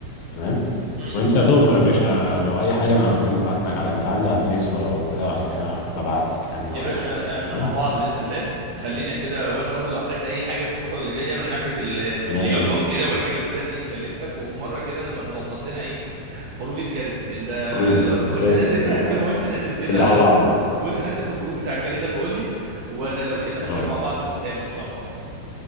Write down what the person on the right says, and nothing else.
م-
م.
يا باشا
احنا
مع بعض باذن الله خلينا كده وانا برضو لو احتجت اي حاجه في الفتره اللي جايه من ناحيه ال- اللياقه
وكده والحاجات اللي زي كده هتلاقيني كلمتك وفي مره كده نبقى نظبط لنا ايه خروجه جري انت
لو انت وانت
نازل
<laughs> وانت نازل كده
وانت نازل في الجروب بتاع الجري ده بقول لي وانا لو كده
نشير مع بعض ونتقابل ان شاء الله